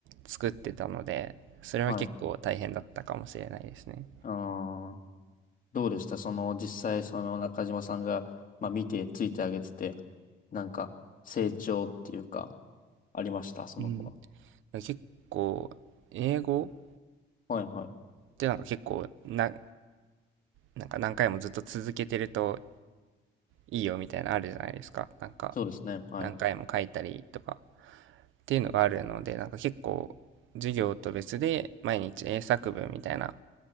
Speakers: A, on the right (about 80°); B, on the left (about 40°).
A: 作ってたので、それは結構大変だったかもしれないですね。
B: はい。ああ。どうでしたその、実際、その中島さんが、まあ見て、ついてあげてて、なんか、成長っていうか、ありました、その子は。
A: うん。結構、英語っ
B: はいはい。
A: てなんか結構な、なんか何回もずっと続けてるといいよみたいなのあるじゃないですか。なんか、
B: そうですね。はい。
A: 何回も書いたりとか、っていうのがあるので、なんか結構、授業と別で毎日英作文みたいな